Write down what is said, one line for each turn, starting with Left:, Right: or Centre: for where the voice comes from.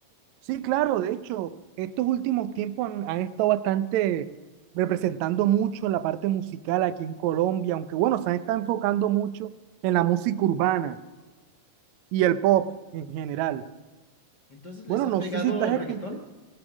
Right: Sí, claro, de hecho, estos últimos tiempos han, han estado bastante representando mucho la parte musical aquí en Colombia, aunque bueno, se han estado enfocando mucho en la música urbana y el pop en general.
Left: Entonces, ¿les
Right: Bueno,
Left: ha
Right: no
Left: pegado
Right: sé si tú
Left: el
Right: has
Left: reggaetón?
Right: escuchado,